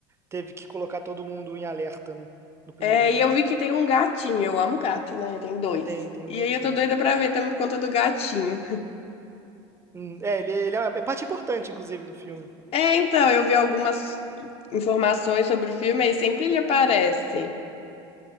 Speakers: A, on the right (about 20°); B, on the left (about 45°).
A: teve que colocar todo mundo em alerta, né? No primeiro
B: É,
A: dia.
B: e eu vi que tem um gatinho. Eu amo gato, né? Eu tenho dois.
A: Tem, tem
B: E
A: um gatinho.
B: aí eu tô doida pra ver também por conta do gatinho.
A: Hum, É, ele, ele é uma- é parte importante, inclusive, do filme.
B: É, então, eu vi algumas informações sobre o filme aí sempre ele aparece.